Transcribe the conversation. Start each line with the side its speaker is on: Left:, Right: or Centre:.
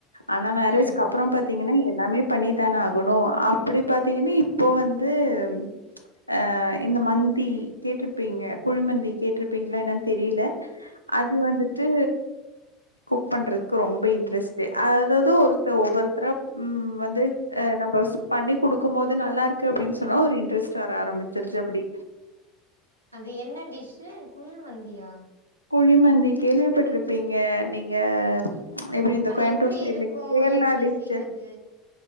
Left: ஆனா மேரேஜ்
Right: ம்
Left: கப்றோ பாத்தீங்கன்னா எல்லாமே பண்ணித்தான ஆகணு அப்டி பாத்தீங்க இனி போ வந்து எம் அ இந்த மந்தி கேட்ருப்பீங்க குழு மந்தி கேட்ருப்பீங்ளா என்னன் தெரில அது வந்துட்டு குக் பண்றதுக் ரொம்ப இன்ட்ரெஸ்ட்டு அதாவது ஒருத்தர் ஒவ்வொருத்தரா ம் வந்து அ நம்ப உஸ்ப் பண்ணி குடுக்கு போது நல்லா இருக்கு அப்டின் சொன்னா ஒரு இன்ட்ரெஸ்ட் வர ஆரம்பிச்சிருச்சு அப்டி
Right: அது என்ன டிஷ்ஷு கூ மந்தியா
Left: குழிமந்தி கேள்விப்பட்ருப்பீங்க நீங்க எப்டி இந்த
Right: அது
Left: கோயம்புத்தூர்
Right: எப்டி
Left: சைட்ல
Right: இருக்கு
Left: கேர்ளா
Right: எப்டி
Left: டிஸ்டிக்
Right: செய்றது